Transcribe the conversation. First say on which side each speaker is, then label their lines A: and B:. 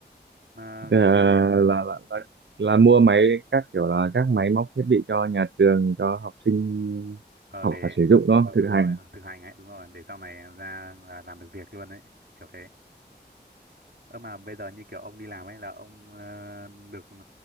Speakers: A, on the right; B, on the right.
A: mà
B: Ờ, là,
A: cái gì nhỉ
B: là là là mua máy các kiểu là các máy móc thiết bị cho nhà trường cho học sinh
A: ờ
B: học
A: để
B: và sử dụng đó
A: đú- đúng
B: thực
A: rồi
B: hành
A: thực hành ấy đúng rồi để sau này ra là làm được việc luôn ấy kiểu thế ơ mà bây giờ như kiểu ông đi làm ấy là ông ờ, được ờ,